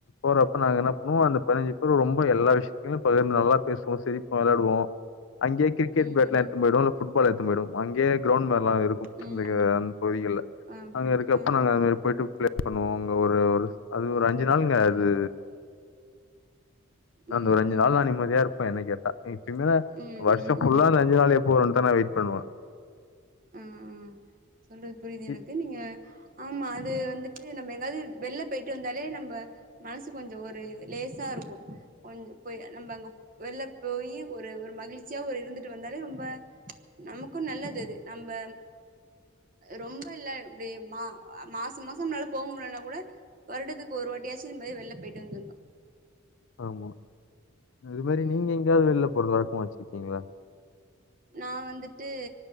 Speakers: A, on the left; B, on the right.
A: போற ப்ப நாங்க என்ன பண்ணுவோ அந்த பதினஞ்சு பேர் ரொம்ப எல்லா விஷ யமு பகிர்ந்து நல்லா பேசுவோ சிரிப்போ வெளாயாடுவோ அங்கயே கிரிக்கெட்
B: ம்
A: பேட் எல்லா
B: ம்
A: எடுத்துனு போயிருவோ இல்ல ஃபுட்பால் எடுத் துனு போயிருவோ அங்கயே கிரவுண்ட் மார லா இருக்கு
B: ம்
A: அந்த அந்த பகுதிகள்ல
B: ஆ அப்படி
A: அங்க இருக்கப்ப
B: ஆ
A: நாங்க
B: ஆ
A: அந்த மாரி போயிட்டு பிளே பண்ணுவோ ஒரு அது
B: ஆ
A: ஒரு
B: அப்படி
A: அஞ்சு நாளுங்க
B: ஆ ஆ
A: அது அந்த
B: ம்
A: ஒரு அஞ்சு
B: ம்
A: நாள் நான் நிம்மதியா இருப்பன் என்ன கேட்டா இப்பிமேங்க
B: ம்
A: வருஷம்
B: ம்
A: ஃபுல்லா
B: ம்
A: அந்த அஞ்ச நாள் எப்ப வரும்னு வெயிட் பண்ணுவேன்
B: உம் உம்சொல்றது புரியுது
A: இ
B: எனக்கு நீங்க ஆமாஅது வந்துட்டு நம்ம எங்காவது வெள்ல போய்டு வந்தாலே நம்ம மனசுக்கு கொஞ்சம் ஒரு லேசா இருக்கும் கொஞ்சம் போய் நம்ம அங்கே வெள்ல போய் ஒரு ஒரு மகிழ்ச்சியா ஒரு இருந்துட்டு வந்தாலே ரொம்ப நமக்கும் நல்லது அது நம்ம ரொம்ப இல்ல இப்படி மா மாசம் மாசம்ளால போக முடியலனா கூட வருடத்துக்கு ஒரு வாட்டியாச்சு இது மாரி வெள்ல போயிட்டு வந்துடணும்
A: ஆமா இது மாதிரி
B: ம்
A: நீங்க எங்கயாவது வெள்ல போறதா போச்சிருக்கீங்களா
B: நான் வந்துட்டு